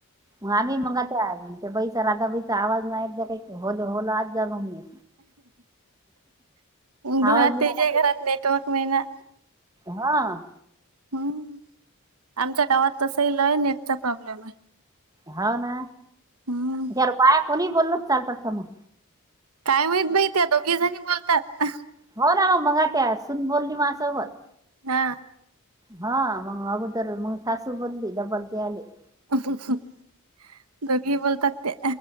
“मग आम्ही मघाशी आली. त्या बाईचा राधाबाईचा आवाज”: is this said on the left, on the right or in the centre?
Right